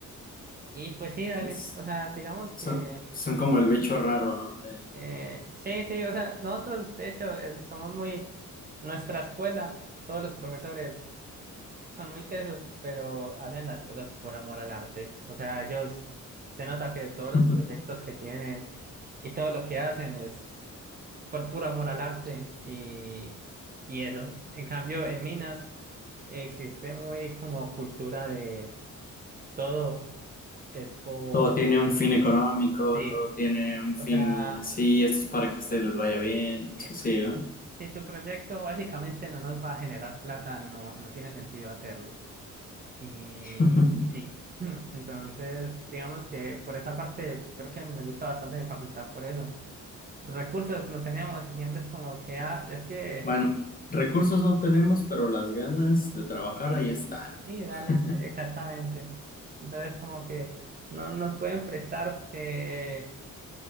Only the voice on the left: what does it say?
Es-
Son, son como el bicho raro, ¿no? De-
<laughs>
todo tiene un fin económico,
todo tiene un fin
así, esto es para que a ustedes les vaya bien,
eso sí, ¿no?
<laughs>
Bueno, recursos no tenemos, pero las ganas de trabajar
ahí están.
<laughs>